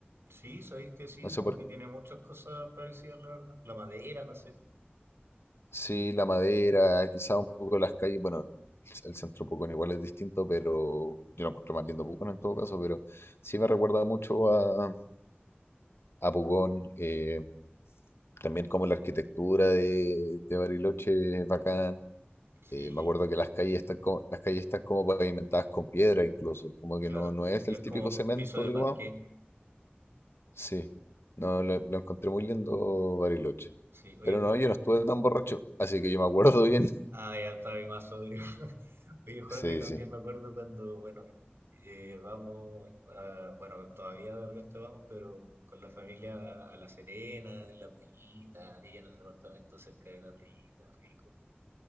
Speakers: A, on the right; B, on the left.
A: Sí, sabéis que sí,
B: No
A: como
B: sé por
A: que
B: qué.
A: tiene muchas cosas parecidas, la verdad. La madera, no sé.
B: Sí, la madera, quizá un poco las calles. Bueno, el, el centro de Pucón igual es distinto, pero yo lo encuentro más lindo Pucón en todo caso. Pero sí me recuerda mucho a, a Pucón. eh, también como la arquitectura de, de Bariloche es bacán.
A: Sí,
B: Eh, me acuerdo que las calles están como, las calles están como pavimentadas con piedra incluso, como que
A: claro.
B: no, no es
A: Es
B: el típico
A: como
B: cemento,
A: piso de
B: digamos.
A: parqué.
B: Sí, no, lo, lo encontré muy lindo Bariloche.
A: Sí, oye,
B: Pero
A: juego.
B: no, yo no estuve tan borracho, así que yo me acuerdo bien. <laughs>
A: Ah, ya estaba ahí más sobrio. <laughs> Oye, juego,
B: Sí,
A: y también
B: sí,
A: me acuerdo cuando, bueno, eh, vamos, a- bueno, todavía de repente vamos, pero con la familia a La Serena, en la playita, ahí en el departamento cerca de la playita, rico.